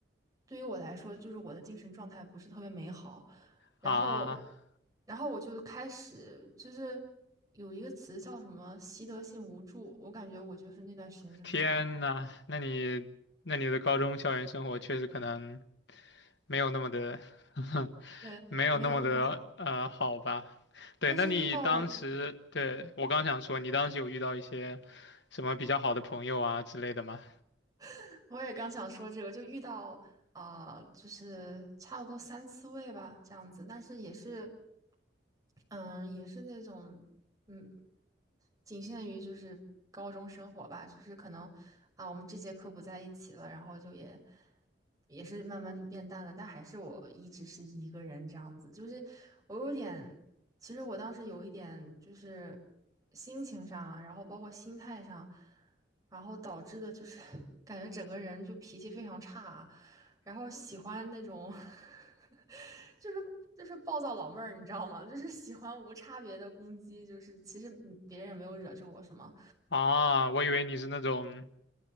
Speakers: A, on the right; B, on the left.
A: 对于我来说，就是我的精神状态不是特别美好。然后，
B: 啊，
A: 然后我就开始就是有一个词叫什么习得性无助，我感觉我就是那段时间就是这样，
B: 天呐，那你那你的高中校园生活确实可能没有那么的，<laughs>
A: 对，
B: 没有那么的呃好吧？
A: 没有那么好。
B: 对，
A: 但是遇到了，
B: 那你当时，对，我刚想说，你当时有遇到一些什么比较好的朋友啊之类的吗？
A: <laughs> 我也刚想说这个，就遇到啊、就是差不多三四位吧，这样子，但是也是。嗯，也是那种，嗯，仅限于就是高中生活吧，就是可能啊，我们这节课不在一起了，然后就也也是慢慢就变淡了，但还是我一直是一个人这样子，就是我有点，其实我当时有一点就是心情上啊然后包括心态上，然后导致的就是 <laughs> 感觉整个人就脾气非常差啊然后喜欢那种 <laughs> 就是就是暴躁老妹儿，你知道吗？就是喜欢无差别的攻击，就是其实嗯别人也没有惹着我什么，
B: 啊，我以为你是那种